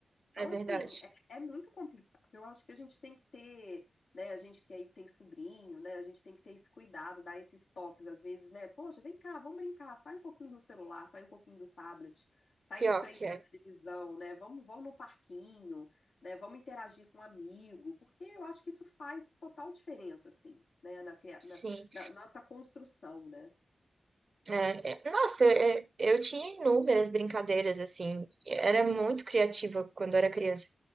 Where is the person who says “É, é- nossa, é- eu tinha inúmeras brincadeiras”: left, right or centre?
Right